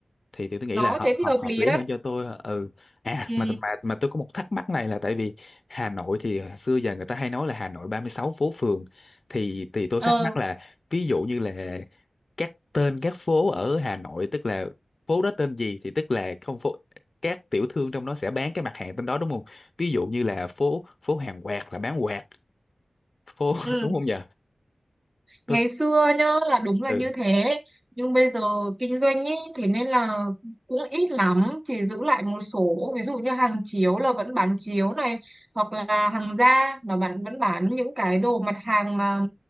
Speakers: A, on the left; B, on the right.
A: thì thì tôi nghĩ
B: nó
A: là hợp
B: thế thì
A: hợp
B: hợp
A: hợp
B: lý
A: lý
B: đấy.
A: hơn cho tôi ừ à
B: Ừ.
A: mà mà mà tôi có một thắc mắc này là tại vì Hà Nội thì xưa giờ người ta hay nói là Hà Nội 36 phố phường thì thì tôi
B: Ờ.
A: thắc mắc là ví dụ như là các tên các phố ở Hà Nội tức là phố đó tên gì thì tức là không phố các tiểu thương trong đó sẽ bán cái mặt hàng tên đó đúng không ví dụ như là phố phố hàng quạt là bán quạt phố
B: Ừ,
A: <laughs> đúng không nhỉ ừ
B: ngày xưa nhá là đúng là
A: ừ
B: như thế nhưng bây giờ kinh doanh ý thế nên là cũng ít lắm chỉ giữ lại một số ví dụ như hàng chiếu là vẫn bán chiếu này hoặc là hàng da mà bạn vẫn bán những cái đồ mặt hàng mà